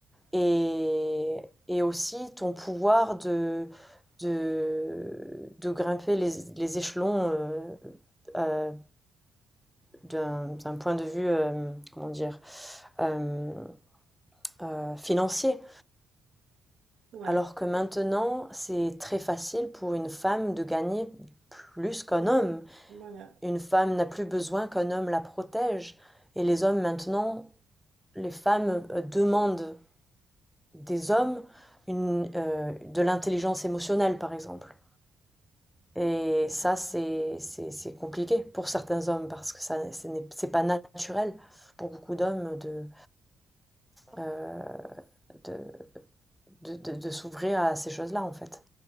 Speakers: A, in the centre; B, on the right.
A: et, et aussi ton pouvoir de, de, de grimper les, les échelons. euh, euh, d'un d'un point de vue, euh, comment dire, euh, euh, financier.
B: Ouais,
A: Alors que maintenant, c'est très facile pour une femme de gagner plus qu'un
B: c'est
A: homme.
B: ça. Voilà.
A: Une femme n'a plus besoin qu'un homme la protège. Et les hommes maintenant, les femmes euh, demandent des hommes une, euh, de l'intelligence émotionnelle, par exemple. Et ça, c'est c'est- c'est compliqué pour certains hommes parce que ça, ce n'est- c'est pas naturel pour beaucoup d'hommes de, euh, de, de, de, de s'ouvrir à ces choses-là, en fait.